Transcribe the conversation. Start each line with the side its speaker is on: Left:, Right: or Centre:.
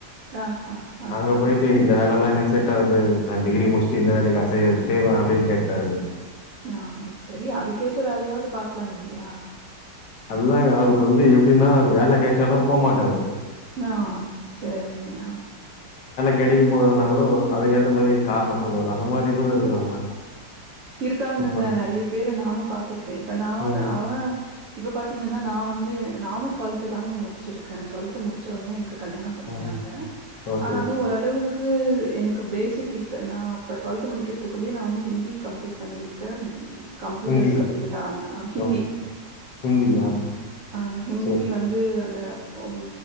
Right: ஆ ஆ ஆ
Left: அங்க போயிட்டு இந்த வேல எல்லா எனக். செட் ஆவாது நா டிகிரி முடிச்சிட்டு இந்த வேலைக்கா செய்-செய்வ அப்டின்னு கேட்டாரு.
Right: ஆ சரி அதுக்கேத்த வேலையாவது பாக்கலாம் இல்லையா?
Left: அதுதாங்க அவரு வந்து எப்டின்னா ஒரு வேல கெச்சாலு போமாட்டாரு.
Right: ஆஹ் சேரிங்க
Left: கிடைக்கு போறதுன்னா கூட அதுக்கேத்த மாரி கார்னோம் சொல்லுவாரு அந்த மாரி கூட இருக்குறாங்க
Right: இருக்காங்கங்க
Left: இப்ப
Right: நெறைய பேரு நானு பாத்திருக்கேன் இப்ப நா வந்து
Left: ம்
Right: ஆனா இப்ப பா த்திங்கன்னா நா வந்து நானும் ட்வெல்து தாங்க முடிச்சிருக்கே ட்வெல்து முடிச்ச உடனே எனக்கு கல்யாணம் பண்ணிட்டாங்க
Left: ம் ஓகே
Right: ஆனாலும்
Left: ஓகே
Right: ஓரளவுக்கு எனக்கு எனக்கு பேசிக் இப்ப நா அப்ப ட்டுவெல்த் முடிக்கிறதுக்குள்ளயே நான் வந்து ஹிந்தி கம்ப்ளீட் பண்ணியிருக்க கம்ப்யூட்டர்ஸ்
Left: ஹிந்தியா
Right: கத்துக்கிட்டா அ அ ஹிந்தி
Left: ஓகே ஹிந்தியா
Right: ஹ ஹிந்தி
Left: சரி
Right: வந்து அந்த உம்